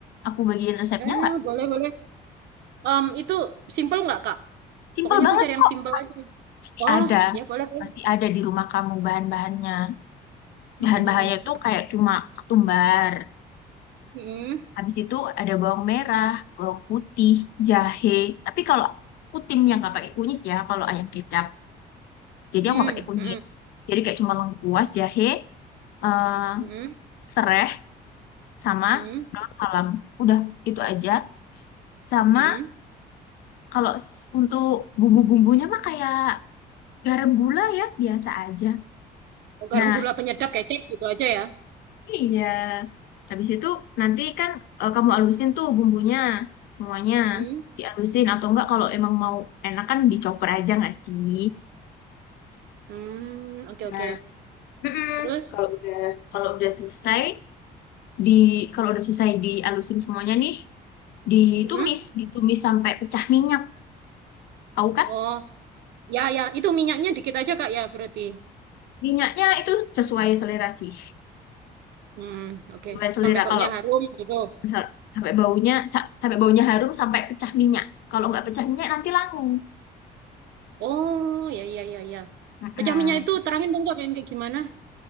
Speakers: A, on the left; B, on the right.
A: Aku bagiin resepnya
B: ya
A: nggak?
B: boleh, boleh. Em, itu simple nggak, Kak?
A: Simpel
B: Pokoknya aku
A: banget
B: cari yang
A: kok.
B: simple
A: Pasti,
B: aja.
A: pasti
B: Oh,
A: ada.
B: ya boleh, boleh.
A: Pasti ada di rumah kamu bahan-bahannya.
B: Mhm.
A: Bahan-bahannya itu kayak cuma ketumbar.
B: Mhm.
A: Habis itu ada bawang merah, bawang putih, jahe. Tapi kalau aku tim yang nggak pakai kunyit ya, kalau ayam kecap. Jadi
B: Mhm.
A: aku nggak pakai kunyit.
B: Mhm.
A: Jadi kayak cuma lengkuas, jahe, eh
B: Mhm.
A: sereh, sama
B: Mhm.
A: daun salam. Udah itu aja. Sama
B: Mhm.
A: kalau s- untuk bumbu-bumbunya mah kayak garam gula ya, biasa aja.
B: Oh,
A: Nah,
B: garam gula penyedap kecap gitu aja ya.
A: Iya. Habis itu nanti kan eh, kamu alusin tuh bumbunya semuanya.
B: Hmm.
A: Dialusin atau enggak kalau emang mau enak kan dicoper aja nggak sih?
B: Hmm. Oke, oke.
A: Nah, mm-mm.
B: Terus?
A: Kalau udah kalau udah selesai di kalau udah selesai dialusin semuanya nih, ditumis,
B: Hmm.
A: ditumis sampai pecah minyak. Tahu kan?
B: Oh, ya, ya. Itu minyaknya dikit aja, Kak, ya berarti.
A: Minyaknya itu sesuai selera sih.
B: Hmm, oke.
A: Sesuai selera
B: Sampai baunya
A: kalau
B: harum gitu.
A: misal sampai baunya sa- sampai baunya harum sampai pecah minyak. Kalau nggak pecah minyak nanti langu.
B: Oh, ya, ya, ya, ya.
A: Mm-mm.
B: Pecah minyak itu terangin dong, Kak, kayak kayak gimana?